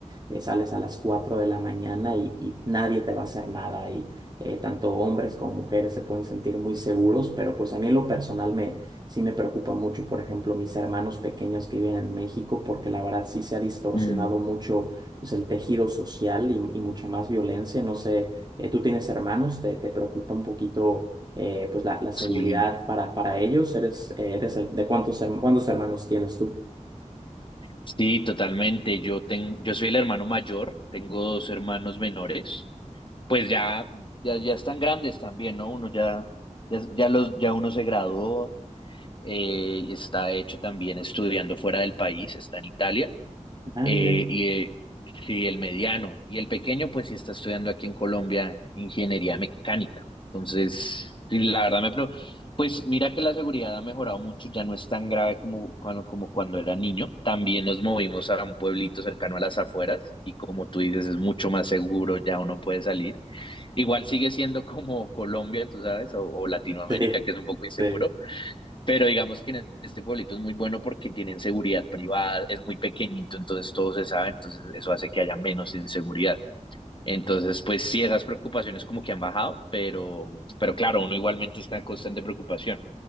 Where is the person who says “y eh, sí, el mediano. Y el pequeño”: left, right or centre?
Left